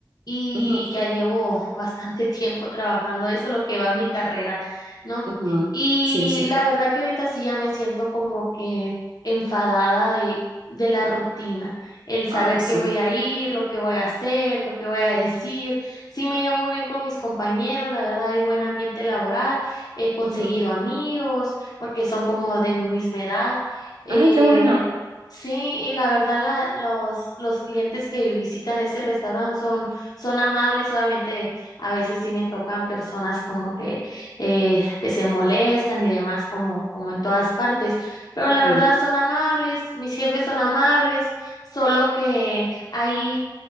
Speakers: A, on the left; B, on the right.
A: y
B: ujú.
A: ya llevo bastante <laughs> tiempo trabajando eso, lo que va mi carrera, ¿no?
B: Ujú,
A: Y
B: Sí, sí.
A: la verdad que ahorita sí ya me siento como que enfadada de, de la rutina, el saber
B: Ay, sí.
A: que voy a ir, lo que voy a hacer, lo que voy a decir. Sí me llevo muy bien con mis compañeros, la verdad hay buen ambiente laboral, he conseguido
B: Ujú.
A: amigos porque son como de mi misma edad. Eh,
B: Ay, qué bueno.
A: Sí, y la verdad la, los, los clientes que visitan ese restaurante son son amables, obviamente a veces sí me tocan personas como que, eh, que se molestan y demás, como, como en todas partes, pero
B: Ujú,
A: la verdad son amables, mis jefes son amables, solo que hay